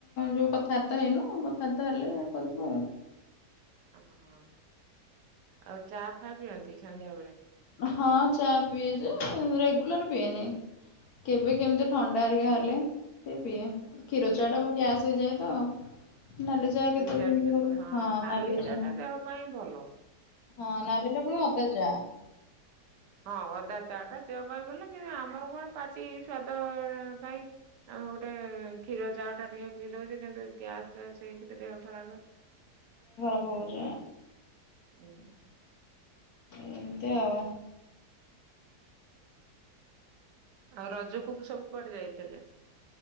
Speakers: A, on the left (about 65°); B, on the right (about 80°).
A: ଯୋଉ କଥାବାର୍ତ୍ତା ହେଇନୁ, କଥାବାର୍ତ୍ତା ହେଲେ ଯାହା କରିବୁ ଆଉ।
B: ଓହୋ ଆଉ ଚା ଫା ପିଅନ୍ତି ସନ୍ଧ୍ୟାବେଳେ।
A: ହଁ, ଚା ପିଏ ଯେ ରେଗୁଲାର ପିଏନି କେବେ କେମିତି। ଥଣ୍ଡା ହେରିକା
B: ହଁ
A: ହେଲେ ଟିକେ ପିଏ। କ୍ଷୀର
B: ହଁ।
A: ଚା ଟା ମୋ ଗ୍ୟାସ୍ ହେଇଯାଏ ତ। ନାଲି ଚାହା କେତେବେଳେ
B: ଚା
A: କେମିତି
B: ଟିକେ
A: କରିବୁ?
B: ଶୁଣେ ହଁ ନାଲି ଚା ଟା ଦେହ ପାଇଁ ଭଲ।
A: ହଁ, ନାଲିରେ ପୁଣି ଅଦା ଚା।
B: ହଁ, ଅଦା ଚା ଟା ଦେହ ପାଇଁ ଭଲ କିନ୍ତୁ ଆମର କଣ ପାଟି ସ୍ଵାଦ ପାଇଁ? ଆମେ ଗୋଟେ କ୍ଷୀର ଚା ଟା ଟିକେ ପିଇ ଦଉଚେ କିନ୍ତୁ ଗ୍ୟାସ୍ ଫ୍ୟାସ୍ କିନ୍ତୁ ଦେହ ଖରାପ।
A: ହଉ ଯା।
B: <inaudible>
A: ଏମ୍ତି ଆଉ।
B: ଆଉ ରଜକୁ ସବୁ କୁଆଡେ ଯାଇଥିଲେ?